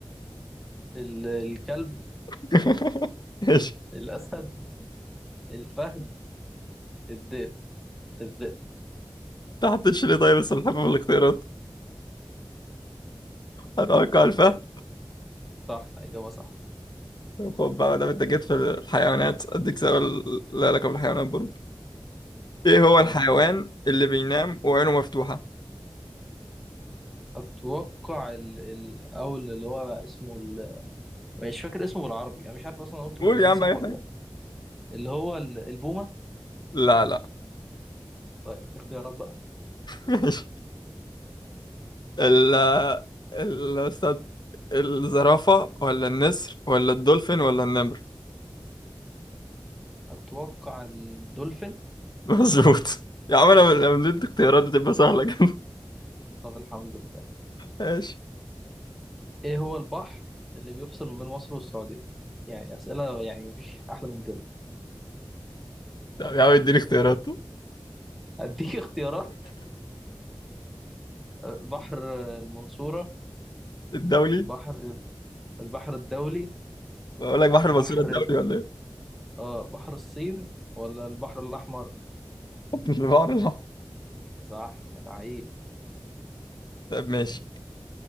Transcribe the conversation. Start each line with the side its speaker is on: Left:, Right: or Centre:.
Centre: ال... الكلب
Left: <laughs> ماشي
Centre: الاسد الفهد الذئب الذئب
Left: تحت ليه طيب السلحفاة في الاختيارات هتوقع الفهد
Centre: صح اجابه صح
Left: طب خد بقى ده انت جيت في الحيوانات اديك سؤال لا علاقة بالحيوانات برضه ايه هو
Centre: يلا
Left: الحيوان اللي بينام وعينه مفتوحة؟
Centre: اتوقع ال- الاول اللي هو اسمه ال... مش فاكر اسمه بالعربي انا مش عارف اصلا قلته
Left: قول
Centre: بالانجليزي
Left: يا عم
Centre: صح
Left: اي
Centre: ولا
Left: حاجة
Centre: لا اللي هو ال- البومه
Left: لا لا
Centre: طيب اختيارات بقى
Left: ماشي ال ال استاذ الزرافة ولا النسر ولا الدولفين ولا النمر
Centre: اتوقع الدولفين
Left: مظبوط يا عم انا لما بدي اختيارات بتبقى سهلة كده
Centre: طب الحمد لله
Left: ماشي
Centre: ايه هو البحر اللي بيفصل ما بين مصر والسعوديه يعني اسئله يعني مفيش احلى من كده
Left: طب يا عم اديني اختيارات
Centre: اديك <laughs> اختيارات بحر المنصوره
Left: الدولي
Centre: بحر البحر الدولي
Left: بقول لك بحر
Centre: بحر
Left: المنصورة الدولي
Centre: ال-
Left: ولا ايه
Centre: اه بحر الصين ولا البحر الاحمر
Left: البحر الأحمر.
Centre: صح العيب
Left: طب ماشي